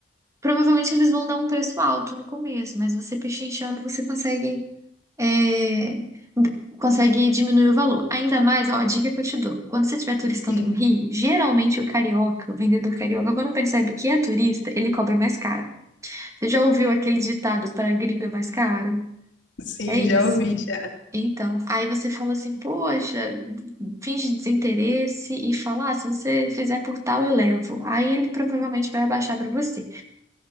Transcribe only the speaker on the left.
Sim.
Sim,
já ouvi, já.